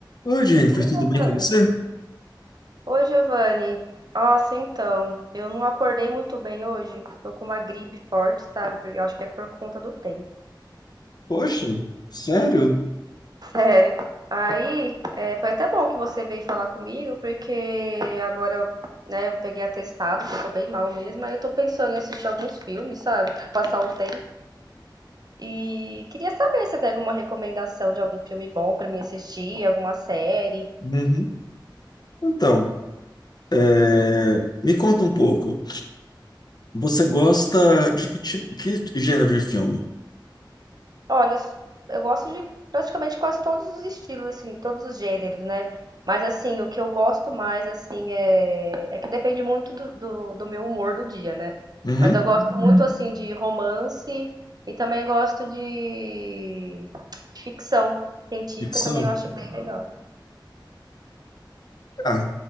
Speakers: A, on the left; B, on the right.
A: Oi, Jennifer,
B: Oi,
A: tudo
B: Giovanni.
A: bem com você?
B: Oi, Giovanni. Nossa, então, eu não acordei muito bem hoje. Tô com uma gripe forte, sabe? Porque Eu acho que é por conta do tempo.
A: Poxa, sério?
B: <laughs> Sério. Aí, é, foi até bom que você veio falar comigo, porque agora, né, eu peguei atestado, que eu tô bem mal mesmo. Aí eu tô pensando em assistir alguns filmes, sabe? Pra passar o tempo. E queria saber se tem alguma recomendação de algum filme bom pra mim assistir, alguma série.
A: Uhum. Então, é, me conta um pouco. Você gosta de que tipo, que gênero de filme?
B: Olha, eu s- eu gosto de praticamente quase todos os estilos, assim, todos os gêneros, né? Mas, assim, o que eu gosto mais, assim, é, é que depende muito do, do, do meu humor do dia, né?
A: Uhum.
B: Mas eu gosto muito, Uhum. assim, de romance e também gosto de, de ficção científica,
A: Ficção?
B: também eu acho bem legal.
A: Ah,